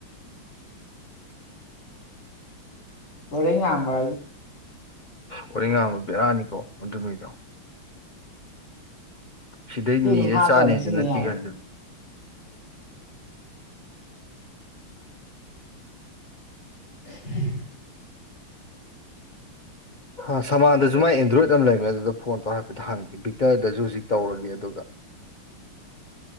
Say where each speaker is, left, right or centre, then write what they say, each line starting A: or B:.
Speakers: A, on the left; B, on the left.
A: ꯄꯨ ꯉꯕ
B: ꯍꯣꯔꯦꯟ ꯉꯥꯕ ꯕꯤꯦꯔꯥꯅꯤꯀꯣ ꯃꯗꯨꯃꯤꯗꯣ ꯁꯤꯗꯩ
A: ꯁꯤ
B: ꯅꯤꯔꯦ
A: ꯑꯗꯨꯝ ꯍꯥꯞꯄ
B: ꯆꯥꯅꯤꯁꯨ
A: ꯑꯗꯨꯝ ꯁꯤꯖꯤꯟꯅ
B: ꯅ
A: ꯌꯥꯏꯅ
B: ꯀꯁꯨ
A: ꯎꯝ
B: ꯎ ꯁꯃꯥꯟꯗꯁꯨ ꯃꯥꯏ ꯑꯦꯟꯗ꯭ꯔꯣꯏꯗ ꯑꯃ ꯂꯩꯃꯦ ꯑꯗꯨꯗ ꯐꯣꯟ ꯇꯧꯔꯒ ꯍꯥꯏꯐꯦꯠꯇ ꯍꯪꯈꯤ ꯕꯤꯛꯇꯔꯗꯁꯨ ꯍꯧꯖꯤꯛ ꯇꯧꯔꯒꯦ ꯑꯗꯨꯒ <inaudible>